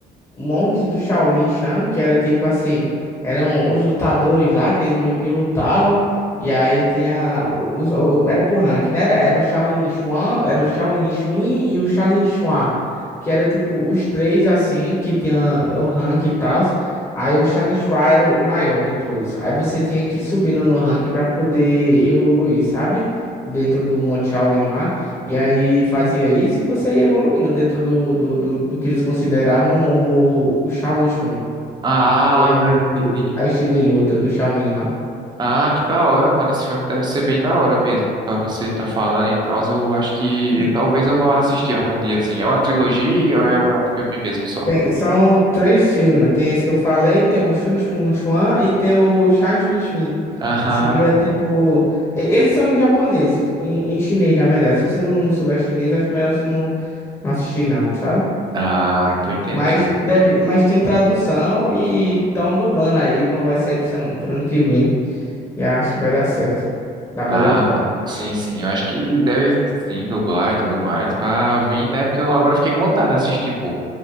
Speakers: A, on the left; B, on the right.
A: um monte do Shaolin Shan, que era tipo assim, eram os lutadores lá que meio que lutavam, e aí tinha os, o- era por rank, né? Era, era o Shaolin Chuan, era o Shaolin Chuin e o Shaolin Chuan, que era tipo os três assim, que tinha o rank e tal. Aí o Shaolin Chuan era o maior de todos. Aí você tinha que ir subindo no rank pra poder evoluir, sabe? Dentro do Monte Shaolin lá. E aí fazia isso e você ia evoluindo dentro do, do, do, do que eles consideravam o, o Shaolin Shrimp,
B: Ah,
A: que é o
B: entendi.
A: a estilo de luta do Shaolin lá.
B: Ah, que da hora, mano. Esse filme deve ser bem da hora mesmo, pra você estar falando e tal. Eu acho
A: Sim,
B: que
A: sim.
B: talvez eu vá assistir algum dia, assim. É uma trilogia ou é ou é um filme mesmo só?
A: Tem, são três filmes, tem esse que eu falei, tem o Shun Shun Shuan e tem o Shan Shun Shun,
B: Ah,
A: que seria tipo... e- Eles são japoneses, em, em chinês na verdade, se você não, não souber chinês, acho melhor você não, não assistir não, sabe?
B: Ah, tô entendendo.
A: Mas, deve, mas tem tradução e estão dublando aí, vão- vai sair pro, sema- pro ano que vem. E acho que vai dar certo. Da melhor
B: Ah,
A: forma.
B: sim, sim. Eu acho que deve sim dublar e tudo mais pra vir, né? Porque eu agora fiquei com vontade de assistir, pô.